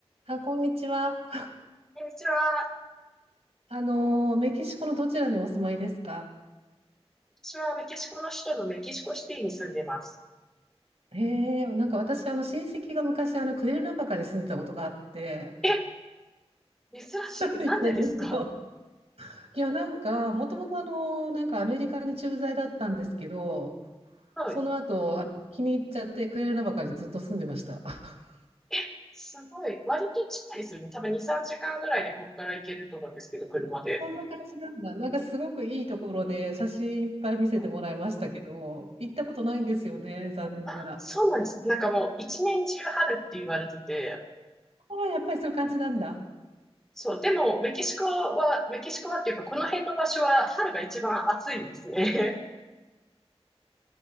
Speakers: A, on the right; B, in the centre.
A: あ、こんにちは。
B: でうちは、
A: あの、メキシコのどちらにお住まいですか
B: 私はメキシコの首都のメキシコシティに住んでます。
A: へえ、なんか私、あの、親戚が昔、あの、クエルナバカに住んでたことがあって、
B: え、珍しい。
A: なんですよ
B: なんでですか
A: いや、なんか、もともと、あの、なんかアメリカに駐在だったんですけど、
B: はい。
A: その後、あの気に入っちゃって、クエルナバカにずっと住んでました。<laughs>
B: え、すごい。割と近いですよね。多分2、3時間ぐらいでここから行けると思うんですけど、車で。
A: そんな感じなんだ。なんか、すごくいいところで、写真いっぱい見せてもらいましたけど、
B: うん
A: 行ったことないんですよね、残念ながら。
B: あ、そうなんです。なんかもう一年中春って言われてて、
A: ああ、やっぱりそういう感じなんだ。
B: そう、でもメキシコは、メキシコはっていうかこの辺の場所は春が一番暑いんですね。